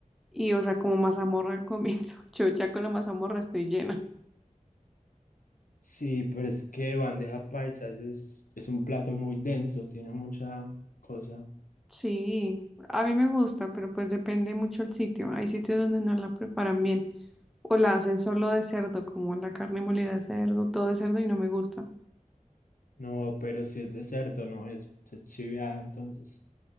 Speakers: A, in the centre; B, on the left.
A: Y, o sea, como mazamorra al comienzo. <laughs> Yo ya con la mazamorra estoy llena.
B: Sí, pero es que bandeja paisa es, es un plato muy denso, tiene mucha cosa.
A: Sí, a mí me gusta, pero pues depende mucho el sitio. Hay sitios donde no la preparan bien. O la hacen solo de cerdo, como la carne molida de cerdo, todo de cerdo y no me gusta.
B: No, pero si es de cerdo, no es, es chiviada, entonces.